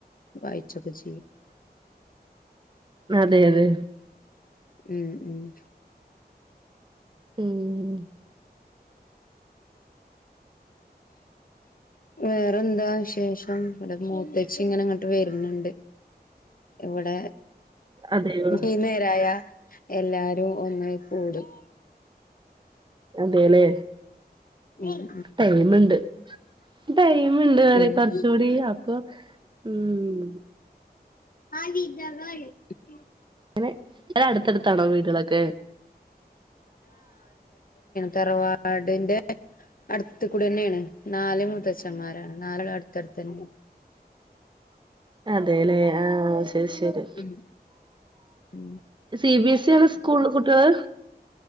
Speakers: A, on the left (about 55°); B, on the right (about 30°).
A: വായിച്ചൊക്കെച്ചെയ്യും..
B: അതെ.. അതെ...
A: ഉം.. ഉം..
B: ഉം
A: വേറെന്താ.. വിശേഷം... ടെമൂത്ത ച്ചി ഇങ്ങനങ്ങട്ട് വര്ണുണ്ട്.. ഇവിടെ.
B: അതെയോ
A: ഈനേരായാ... എല്ലാരും ഒന്നായി കൂടും.
B: അതേല്ലേ...
A: ഉം ഉം
B: ടൈമുണ്ട്. ടൈമുണ്ട് പറയ്
A: ഉം
B: കുറച്ചൂടി.. അപ്പൊ.. ഉം...
A: <unintelligible>
B: അങ്ങനെ.. അ.. അടുത്തടുത്താണോ വീടുകളൊക്കെ...?
A: തറവാ.. ടി.. ന്റെ... അടുത്ത്കൂടെന്നേണ്.. നാല് മൂത്തഛന്മാരാണ്.. നാലളട്ത്തട്ത്തന്നേണ്.
B: <inaudible> ങാഹ്... ശരി.. ശരി..
A: ഉം ഉം
B: സി ബി എസ് ള് സ്കൂളിലാകുട്ടികൾ....